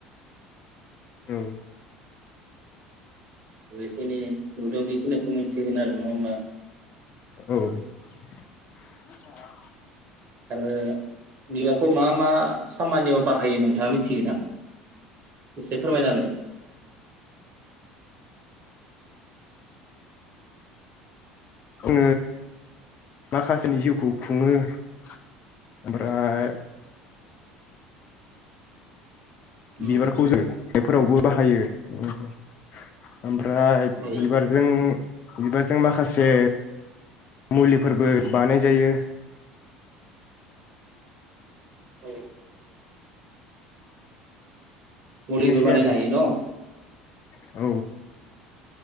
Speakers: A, on the left; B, on the right.
A: औ।
B: जेखिनि नुदों बेखिनो मिथिगोन आरो नङा होमबा।
A: औ।
B: आरो बिबारखौ मा मा खामानियाव बाहा यो नोंथाङा मिथिगोन ना एसे फोरमायनालाय।
A: ओ माखासेनि जिउखौ खुङो ओमफ्राय
B: उम
A: बिबारखौ जों बेफोरावबो बाहायो ओम ओमफ्राय
B: औ
A: बिबारजों बिबारजों माखासे मुलिफोरबो बानाय जायो।
B: औ
A: बेफोरनोसै
B: मुलिबो बानायनो
A: आरो
B: हायो न'
A: औ